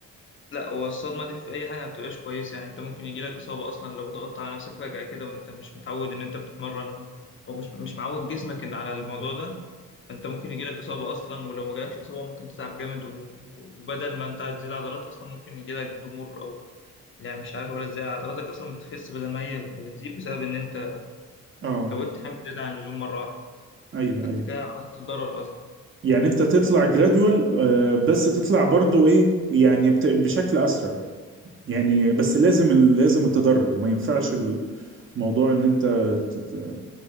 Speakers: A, on the left; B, on the right.
A: لا هو الصدمة دي في أي حاجة ما بتبقاش كويسة يعني أنت ممكن يجيلك إصابة أصلا لو ضغطت على نفسك فجأة كده وأنت مش متعود إن أنت بتتمرن أو مش مش معود جسمك إن على الموضوع ده فأنت ممكن يجيلك إصابة أصلا ولو ما جالكش إصابة ممكن تتعب جامد و... و- وبدل ما أنت هتزيد عضلات أصلا ممكن يجيلك ضمور أو يعني مش عارف أقول إزاي عضلاتك أصلا بتخس بدل ما هي بتزيد بسبب إن أنت
B: اه
A: زودت حمل زيادة عن اللزوم مرة واحدة
B: ايوه
A: فانت
B: ايوه
A: كده عملت ضرر اصلا
B: يعني انت تطلع جراديوال بس تطلع برضو ايه يعني بت- بشكل اسرع يعني بس لازم ال- لازم التدرج ما ينفعش الموضوع ان انت ت- ت-